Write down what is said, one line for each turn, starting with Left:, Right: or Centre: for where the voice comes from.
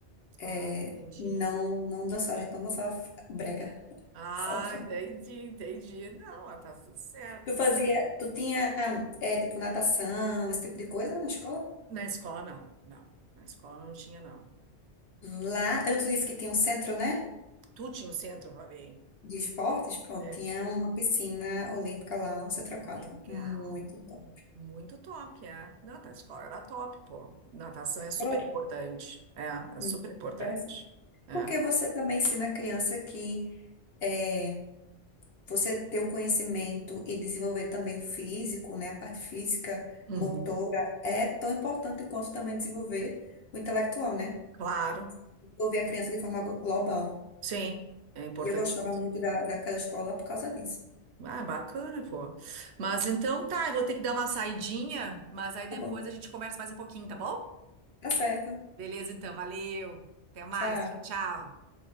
Left: é,
Right: Ah, entendi.
Left: não, não dançava, a gente não dançava f- brega. <laughs>
Right: Ah,
Left: Só o funk.
Right: entendi, entendi. Não, ah, tá tudo certo.
Left: Tu fazia, tu tinha, é, tipo, natação, esse tipo de coisa na escola?
Right: Na escola não, não. Na escola não tinha não.
Left: Lá, eu não te disse que tinha um centro, né?
Right: Tu tinha o centro, eu falei.
Left: de esportes, pronto,
Right: né?
Left: tinha uma piscina olímpica lá, um centro aquático,
Right: Legal.
Left: muito top.
Right: Muito top, é. Não, tá, a escola era top, pô. Natação é super
Left: Agora,
Right: importante. É, é
Left: Muito
Right: super importante.
Left: interessante.
Right: É.
Left: Porque você também ensina a criança que é, você ter o conhecimento e desenvolver também o físico, né? A parte física,
Right: Uhum.
Left: motora, é tão importante quanto também desenvolver o intelectual, né?
Right: Claro,
Left: Desenvolver a criança de forma glo- global.
Right: sim, é importante
Left: E eu gostava
Right: isso.
Left: muito da, daquela escola por causa disso.
Right: Ah, bacana, pô. Mas então tá, eu vou ter que dar uma saidinha, mas aí depois
Left: Tá bom,
Right: a gente conversa mais um pouquinho, tá bom?
Left: tá certo.
Right: Beleza, então, valeu. Até mais.
Left: Tchau.
Right: Tchau, tchau.